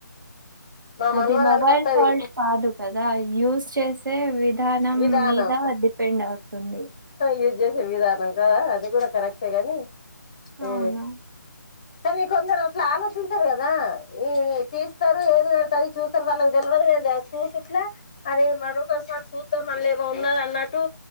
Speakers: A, on the left; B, on the right.
A: మా
B: అది
A: మనవరాలకు
B: మొబైల్
A: వత్తది
B: ఫాల్ట్ కాదు కదా యూస్ చేస్ వే విధానం
A: విధానం
B: మీద డిపెండ్ అవుతుంది
A: యూజ్ చేసే విధానం అది కూడా కరెక్టే గాని
B: అవునా
A: ఉ కానీ కొందరు అట్లు ఆలోచించరు కదా ఈ తీస్తారు ఏది పడితే అది చూస్తారు వాళ్ళకు తెలివదు కదా చూసుట్లా అరే మరొకసార్ చూద్దా మళ్ళ ఏమో ఉన్న అన్నట్టు